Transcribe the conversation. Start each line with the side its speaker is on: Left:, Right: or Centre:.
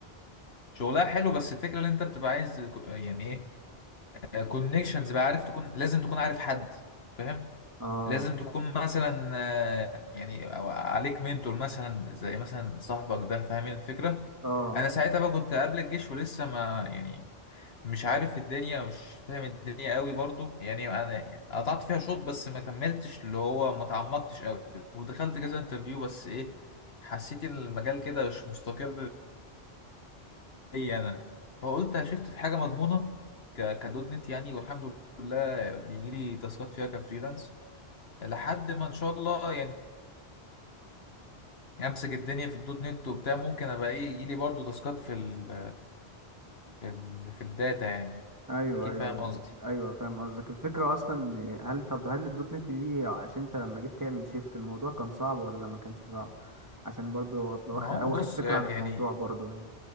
Left: شغلها حلو بس الفكرة ان انت بتبقى عايز كو- يعني ايه كونكشنز بقى عارف تكون لازم تكون عارف حد فاهم
Right: اه
Left: لازم تكون مثلا آه، يعني أو عليك منتور مثلا زي مثلا صاحبك ده فاهمين الفكرة
Right: اه
Left: انا ساعتها بقى كنت قبل الجيش ولسه ما يعني مش عارف الدنيا مش فاهم الدنيا قوي برضو يعني انا قطعت فيها شوط بس ما كملتش اللي هو ما تعمقتش قوي ودخلت كذا انترفيو بس ايه حسيت إن المجال كده مش مستقر ليا انا فقلت شفت في حاجه مضمونه ك- كدوت نت يعني والحمد لله بيجي لي تاسكات فيها كفريلانس لحد ما ان شاء الله يعني امسك الدنيا في الدوت نت وبتاع ممكن ابقى ايه يجي لي برضو تاسكات في ال في ال في الداتا يعني
Right: ايوه
Left: اكيد
Right: ايوه
Left: فاهم قصدي
Right: ايوه فاهم قصدك الفكره اصلا هل طب هل الدوت نت دي عشان انت لما جيت تعمل شيفت الموضوع كان صعب ولا ما كانش صعب عشان برضو ابقى
Left: ما
Right: واخد
Left: هو
Right: واخد
Left: بص
Right: فكره
Left: آه،
Right: عن
Left: يعني
Right: الموضوع برضو يعني